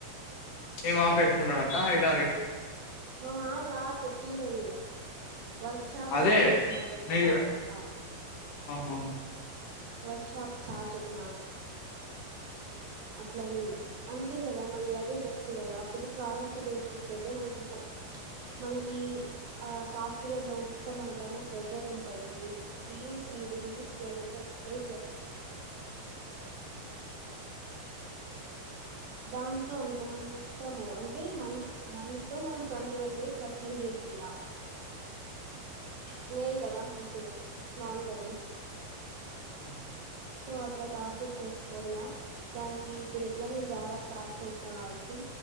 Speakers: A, on the left; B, on the right.
A: మీ మామ పెట్టుకున్నాడంటా ఇట
B: మా మామ కాదు చెప్పిండేది వర్క్ షాప్
A: అదే
B: అతను చొప్నాడు వర్క్
A: నీ
B: షాప్ అప్ప
A: ఆహా
B: వర్క్ షాప్ సార్ చొప్పినాడు అట్లానే అంతే కదా మళ్లి అదే బెస్ట్ చ్చు కదా అప్పుడు ప్రాడక్ట్ బేస్ పోతే మనకి చ్ మనకి ఆ సాఫ్ట్ వెర్లు మెత్తం మన పైన ప్రెజర్ ఉంటది వ్యూస్ ఇడు వ్యూస్ ఇయాలంటే <unintelligible> చ్ దాంట్లో అనుకో మనం ఇష్టము అంటే మంత్ మంత్ లో మనం ట్వంటీ వన్ డేస్ వర్క్ ఇగ టూ డేస్ అంత
A: స
B: మేలు కదా మంచిగా బాగుంటది
A: అ
B: సో అట్లా టార్గెట్ చేసుకోల్లా దానికి ఇప్పుడు ఎట్లా నేను జావా స్టార్ట్ చేసినా కాబట్టి